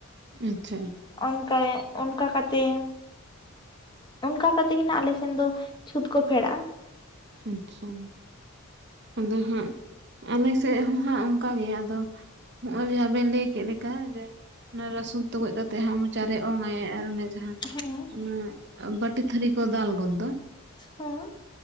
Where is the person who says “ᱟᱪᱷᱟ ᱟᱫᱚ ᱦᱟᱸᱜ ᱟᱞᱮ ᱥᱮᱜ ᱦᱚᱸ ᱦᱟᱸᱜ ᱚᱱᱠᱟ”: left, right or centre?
Right